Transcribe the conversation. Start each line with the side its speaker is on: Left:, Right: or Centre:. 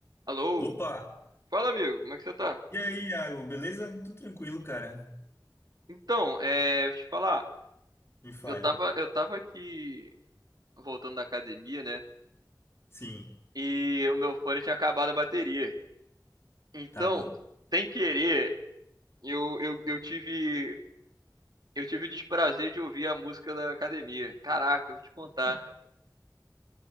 Right: Alô?
Left: Opa!
Right: Fala, amigo, como é que você tá?
Left: E aí, Iago, beleza? Tudo tranquilo, cara?
Right: Então, é, deixa eu te falar,
Left: Me fale.
Right: eu tava, eu tava aqui voltando da academia, né?
Left: Sim,
Right: E o meu fone tinha acabado a bateria. Então,
Left: tá bom.
Right: sem querer, eu, eu, eu tive, eu tive o desprazer de ouvir a música da academia. Caraca, eu vou te contar.